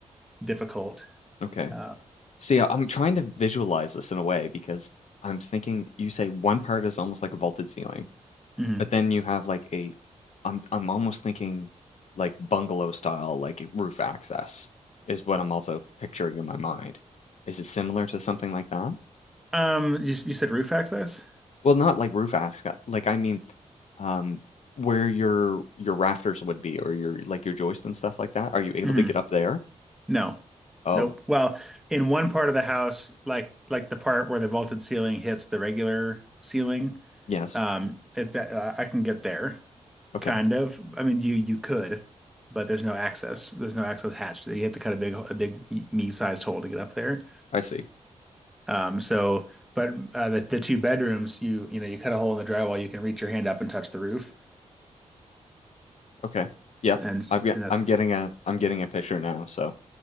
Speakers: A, in the centre; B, on the left (about 55°).
A: difficult.
B: okay.
A: Uh,
B: See, I- I'm trying to visualize this in a way because I'm thinking you say one part is almost like a vaulted ceiling.
A: mhm.
B: But then you have like a, I'm I'm almost thinking like bungalow style, like roof access is what I'm also picturing in my mind. Is it similar to something like that?
A: Um, you, you said roof access?
B: Well, not like roof access, like I mean, um, where your your rafters would be or your like your joist and stuff like that. Are you able
A: hmm
B: to get up there?
A: No.
B: Oh,
A: Nope. Well, in one part of the house, like like the part where the vaulted ceiling hits the regular ceiling,
B: yes.
A: um, it, that, uh, I can get there,
B: Okay,
A: kind of. I mean, you you could, but there's no access. There's no access hatch. You have to cut a big a big e-, me-sized hole to get up there.
B: I see.
A: Um, so, but uh, the, the two bedrooms, you you know, you cut a hole in the drywall, you can reach your hand up and touch the roof,
B: Okay, yep.
A: and
B: I've got,
A: and that's
B: I'm getting a I'm getting a picture now. So,